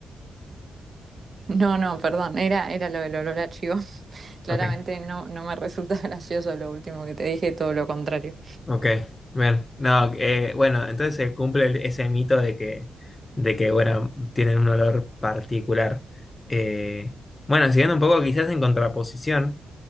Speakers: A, on the right; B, on the left.
A: No, no, perdón, era, era lo del olor a chivo. <laughs> Claramente
B: Ok,
A: no, no me resulta <laughs> gracioso lo último que te dije, todo lo contrario.
B: ok, bien. No, eh, bueno, entonces se cumple el- ese mito de que, de que, bueno, tienen un olor particular. Eh, bueno, siguiendo un poco quizás en contraposición,